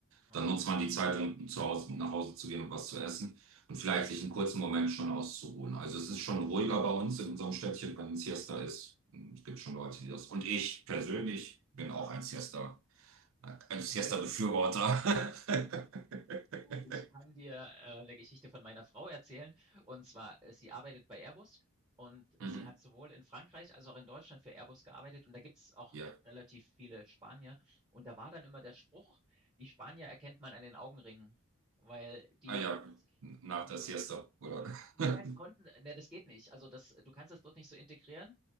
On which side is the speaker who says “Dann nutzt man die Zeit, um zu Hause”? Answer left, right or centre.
Right